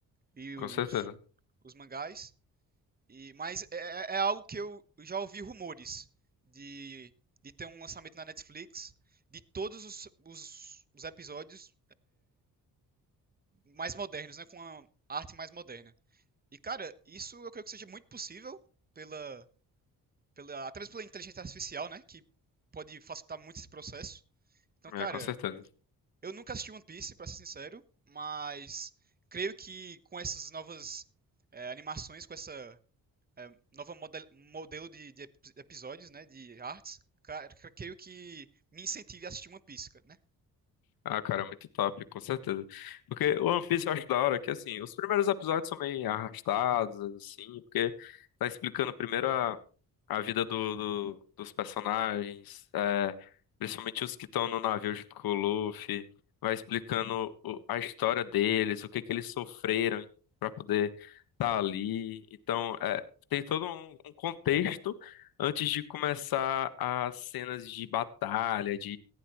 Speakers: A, on the right; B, on the left.
A: e
B: com
A: os,
B: certeza.
A: os mangás. E, mas é, é é algo que eu já ouvi rumores de, de ter um lançamento na Netflix de todos os, os, os episódios mais modernos, né? Com a arte mais moderna. E, cara, isso eu creio que seja muito possível pela. pela até mesmo pela inteligência artificial, né? Que pode facilitar muito esse processo. Então, cara,
B: É, com certeza.
A: eu nunca assisti One Piece, pra ser sincero, mas creio que com essas novas é, animações, com essa nova model, modelo de, de episódios, né? De artes, cara, creio que me incentive a assistir uma Piece, né?
B: Ah, cara, é muito top, com certeza. Porque o One Piece eu acho da hora que, assim, os primeiros episódios são meio arrastados, assim, porque tá explicando primeiro a, a vida do, do- dos personagens, é, principalmente os que estão no navio junto com o Luffy, vai explicando o- a história deles, o que que eles sofreram pra poder estar tá ali. Então, é, tem todo um, um contexto antes de começar as cenas de batalha,